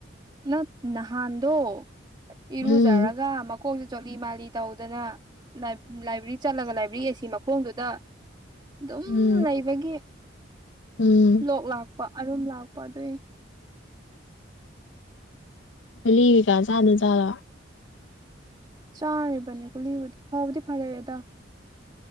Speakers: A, on the right; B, on the left.
A: ꯅꯠ ꯅꯍꯥꯟꯗꯣ ꯏꯔꯨꯖꯔꯒ
B: ꯎꯝ
A: ꯀꫭꯛꯁꯦ ꯆꯣꯠꯂꯤ ꯃꯥꯜꯂꯤ ꯇꯧꯗꯅ ꯂꯥꯏ ꯂꯥꯏꯕ꯭ꯔꯦꯔꯤ ꯆꯠꯂꯒ ꯂꯥꯏꯕ꯭ꯔꯦꯔꯤ ꯑꯦꯁꯤ ꯃꯈꯣꯡꯗꯨꯗ ꯑꯗꯨꯝ
B: ꯎꯝ
A: ꯂꯩꯕꯒꯤ
B: ꯎꯝ
A: ꯂꯣꯛ ꯂꯥꯛꯄ ꯑꯔꯨꯝ ꯂꯥꯛꯄ ꯑꯗꯨꯏ
B: ꯒꯨꯂꯤꯀꯩꯀꯥ ꯆꯥꯗ ꯖꯥꯠꯂꯣ
A: ꯆꯥꯔꯤꯕꯅꯦ ꯒꯨꯂꯤꯕꯨꯨꯗꯤ ꯐꯕꯨꯗꯤ ꯐꯔꯛ ꯑꯦꯗ